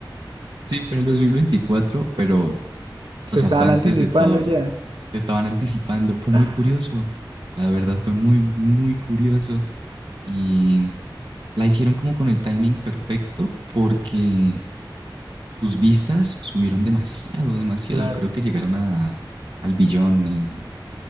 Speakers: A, on the right; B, on the right.
A: Sí, fue en el dos mil veinticuatro pero,
B: Se
A: o sea,
B: estaban
A: fue antes
B: anticipando
A: de todo.
B: ya.
A: Se estaban anticipando. Fue
B: <laughs>
A: muy curioso. La verdad fue muy, muy curioso. Y la hicieron como con el timing perfecto porque sus vistas subieron demasiado, demasiado.
B: Claro,
A: Creo que llegaron a, al billón en